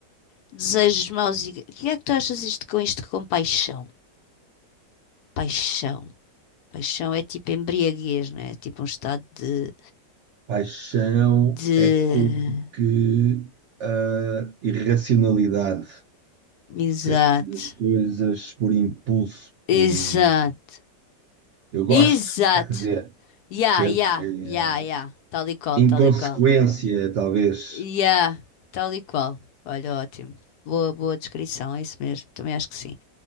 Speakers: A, on the left (about 70°); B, on the right (about 90°).
A: desejos maus e... O que é que tu achas isto com isto com paixão? Paixão. Paixão é tipo embriaguez, não é? É Tipo um estado de,
B: Paixão
A: de...
B: é como que a irracionalidade,
A: Exato.
B: sei fazer as coisas por impulso,
A: Exato.
B: por eh, eu gosto,
A: Exato.
B: quer dizer,
A: Ya,
B: percebes?
A: ya,
B: É
A: ya, ya. Tal e qual,
B: inconsequência,
A: tal e qual.
B: talvez,
A: Ya, tal e qual. Olha, ótimo. Boa, boa descrição, é isso mesmo. Também acho que sim.